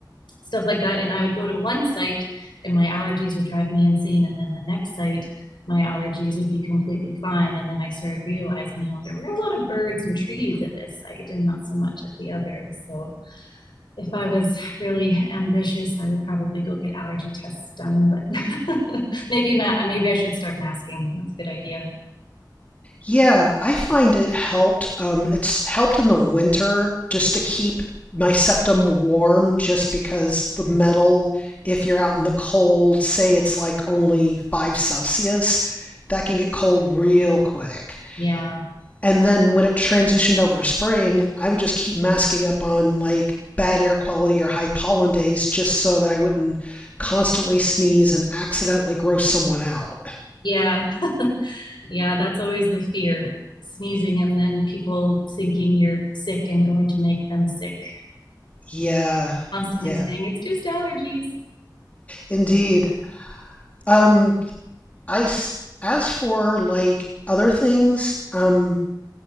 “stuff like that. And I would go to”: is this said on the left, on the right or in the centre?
Left